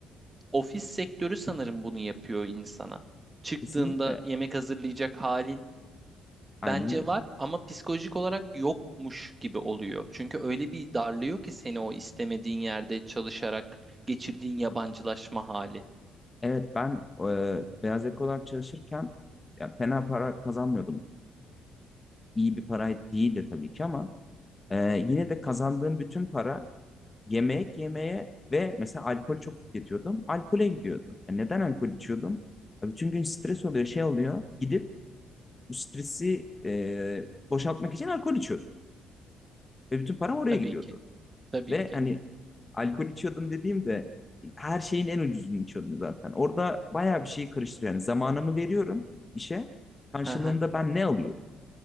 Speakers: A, on the right (about 20°); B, on the left (about 15°).
A: ofis sektörü sanırım bunu yapıyor insana. Çıktığında
B: Kesinlikle.
A: yemek hazırlayacak halin
B: Aynen
A: Bence
B: öyle.
A: var ama psikolojik olarak yokmuş gibi oluyor. Çünkü öyle bir darlıyor ki seni o istemediğin yerde çalışarak geçirdiğin yabancılaşma hali.
B: Evet ben e, beyaz yakalı olarak çalışırken ya, fena para kazanmıyordum. İyi bir para değildi tabii ki ama e, yine de kazandığım bütün para yemek yemeye ve mesela alkol çok tüketiyordum. Alkole gidiyordu. Ya neden alkol içiyordum? Ya bütün gün stres oluyor, şey oluyor. Gidip bu stresi e, boşaltmak için alkol içiyordum. Ve bütün param oraya
A: Tabii
B: gidiyordu.
A: ki. Tabii
B: Ve
A: ki.
B: hani alkol içiyordum dediğimde her şeyin en ucuzunu içiyordum zaten. Orada bayağı bir şey karıştırıyor. Yani zamanımı veriyorum işe. Karşılığında
A: Hı hı.
B: ben ne alıyorum?